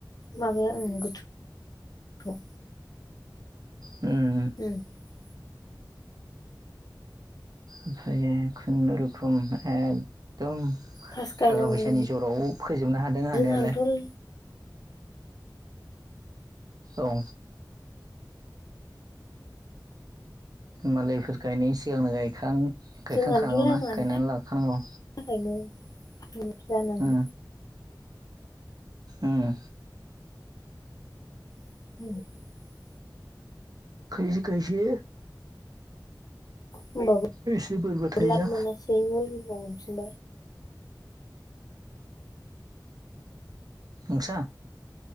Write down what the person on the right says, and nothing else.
उम
ओमफाय खुनुरुखुम एकदम
थाखा फैसानि ज'राव फोजोबनो हादों हानायालाय।
औ। मालायफोर गायनायनि सिगांनो गायखां गायखांखानांगौना
गायनानै लाखानांगौ।
उम उम।
खायसे खायसे
एसे बोरबो थायोना
नोंसा?